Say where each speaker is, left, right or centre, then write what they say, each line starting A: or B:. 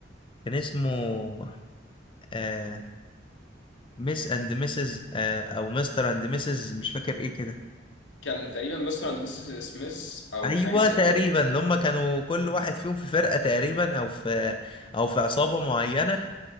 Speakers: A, on the left; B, on the left.
A: كان اسمه آه ميس اند ميسز آه او مستر اند ميسز مش فاكر ايه كده
B: كان تقريبا مستر اند مسز سميث او
A: ايوه
B: حاجه زي
A: تقريبا
B: كده
A: اللي هم كانوا كل واحد فيهم في فرقة تقريبا او في او في عصابة معينة